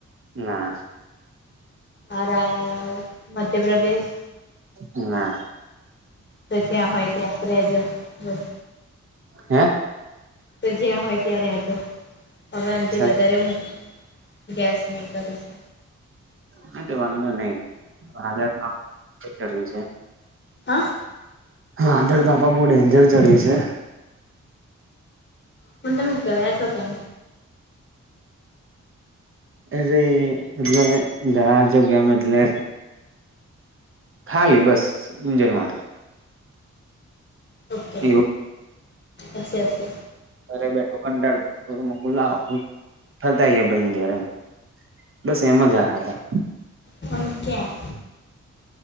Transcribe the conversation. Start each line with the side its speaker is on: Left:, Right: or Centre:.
Right: ના.
Left: અરાય મધ્યપ્રદેશ
Right: ના
Left: તો જ્યાં હોય ત્યાં રહેજો બસ.
Right: હે
Left: તો જ્યાં હોય ત્યાં રજો હવે આથી
Right: સાચું
Left: વધારે હું ગેસ નહીં કરીશ.
Right: હા તો વાંધો નહી હ ચડ્યું છે.
Left: હા
Right: વાદળ તો આપા બહુ ડેન્જર ચડ્યું છે.
Left: હું તમે ગયા છો કેમ?
Right: અરે એટલે ઘયા છો કેમ એટલે. ખાલી બસ એન્જોય માટે.
Left: ઓકે
Right: એવું
Left: આશેશે
Right: ઘરે બેઠો કંટાળતો મુકું લાવ ફરતા ભાઈ ઘરેમ બસ એમ જ આવ્યા હતા.
Left: પણ ક્યાં?